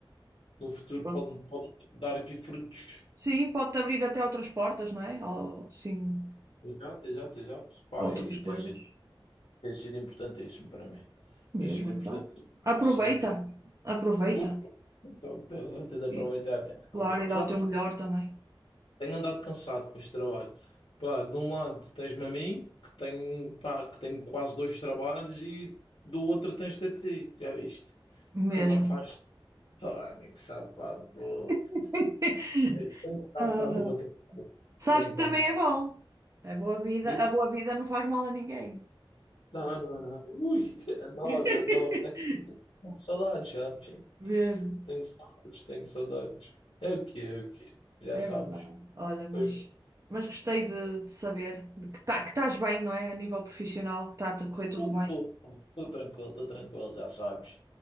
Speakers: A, on the left; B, on the right.
A: no futuro
B: Mas pronto.
A: pode, pode dar aqui frutos.
B: Sim, pode-te abrir até outras portas, não é? Ou, sim,
A: Exato, exato, exato. Pá,
B: outras
A: e
B: coisas.
A: tem sido, tem sido importantíssimo para mim.
B: Mesmo,
A: Tem sido importante.
B: então. Aproveita.
A: A seguinte,
B: Aproveita.
A: vou então, tenho tenho de aproveitar,
B: E,
A: tenho de aproveitar.
B: claro, e
A: Apesar
B: dá o
A: de
B: teu
A: ser-
B: melhor também.
A: tenho andado cansado com este trabalho. Pá, de um lado tens-me a mim, que tenho, pá, que tenho quase dois trabalhos, e do outro tens-te a ti, já viste?
B: Mesmo.
A: Que não faz Oh, nego, salva a boca.
B: <laughs>
A: Tenho que dar
B: Ah,
A: metade do meu trabalho.
B: sabes
A: Tenho
B: que
A: que
B: também
A: dar metade.
B: é bom. A boa vida,
A: Diz?
B: a boa vida não faz mal a ninguém.
A: Não, não, não. Ui, adoro,
B: <laughs>
A: adoro. Tenho saudades, sabes?
B: Mesmo.
A: Tenho saudades, tenho saudades. É o que é, o que é. Já
B: É
A: sabes.
B: verdade. Olha, mas,
A: É o quê?
B: mas gostei de, de saber de que, tá, que estás bem, não é? A nível profissional, que está a correr tudo
A: Estou
B: bem.
A: tranquilo, estou tranquilo, já sabes.